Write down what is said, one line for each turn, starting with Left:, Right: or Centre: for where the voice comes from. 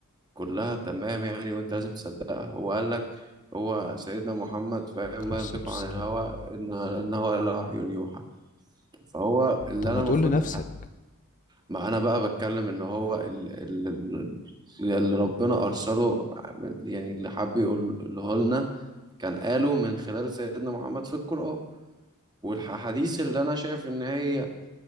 Right: كلها تمام يعني وانت لازم تصدقها هو قالك هو سيدنا محمد فاهم
Left: عليه
Right: ما
Left: الصلاه
Right: ينطق
Left: والسلام
Right: عن الهوى ان ان هو الا وحي يوحى فهو اللي
Left: طب ما
Right: انا المفروض
Left: تقول لنفسك
Right: ما انا بقى بتكلم ان هو ال- ال- ال- اللي ربنا ارسله يعني اللي حب يقوله لنا كان قاله من خلال سيدنا محمد في القرآن والحديث اللي انا شايف ان هي